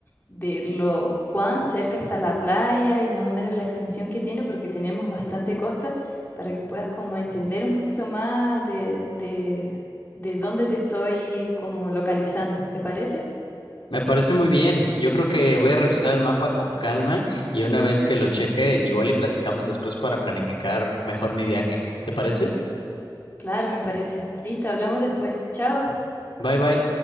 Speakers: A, on the left; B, on the left.
A: de lo cuán cerca está la playa y más o menos la extensión que tiene, porque tenemos bastante costa, para que puedas como entender un poquito más de, de, de dónde te estoy como localizando. ¿Te parece?
B: Me parece muy bien. Yo creo que voy a revisar el mapa con calma y una vez que lo cheque, igual y platicamos después para planificar mejor mi viaje. ¿Te parece?
A: Claro, me parece. Listo, hablamos después. Chao.
B: Bye bye.